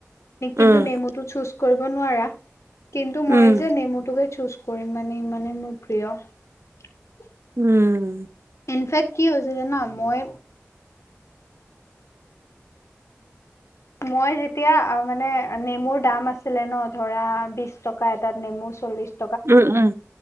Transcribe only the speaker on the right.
উম,
উম,
উম।
উম, উম,